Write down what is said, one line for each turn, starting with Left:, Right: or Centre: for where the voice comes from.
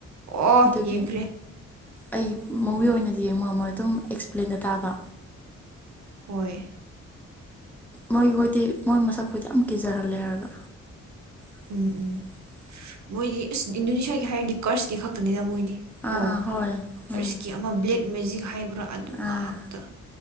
Right: ꯑꯣ
Centre: ꯑꯗꯨꯒꯤ
Right: ꯌꯦꯡꯈ꯭ꯔꯦ
Centre: ꯑꯩ ꯃꯨꯚꯤ ꯑꯣꯏꯅꯗꯤ ꯌꯦꯡꯕ ꯉꯝꯃ‌ꯣꯏ ꯑꯗꯨꯝ ꯑꯦꯛꯁꯄ꯭ꯂꯦꯟꯗ ꯇꯥꯕ
Right: ꯍꯣꯏ
Centre: ꯃꯣꯏꯈꯣꯏꯗꯤ ꯃꯣꯏ ꯃꯁꯛ ꯈꯣꯏꯗꯤ ꯌꯥꯝ ꯀꯤꯖꯍꯜꯂꯦ ꯍꯥꯏꯔꯒ <inaudible>
Right: ꯎꯝ ꯎꯝ ꯃꯣꯏꯗꯤ ꯏꯁ ꯏꯟꯗꯣꯅꯦꯁꯤꯌꯥꯒꯤ ꯍꯥꯏꯔꯗꯤ ꯀꯔꯁꯀꯤ ꯈꯛꯇꯅꯤꯗ ꯃꯣꯏꯗꯤ ꯀꯣ꯫
Centre: ꯑꯥ ꯑꯥ ꯍꯣꯏ
Right: ꯀꯔꯁꯀꯤ
Centre: ꯎꯝ
Right: ꯑꯃ ꯕ꯭ꯂꯦꯛ ꯃꯦꯖꯤꯛ ꯍꯥꯏꯕ꯭ꯔꯥ ꯑꯗꯨ ꯉꯥꯛꯇ꯫
Centre: ꯑꯥ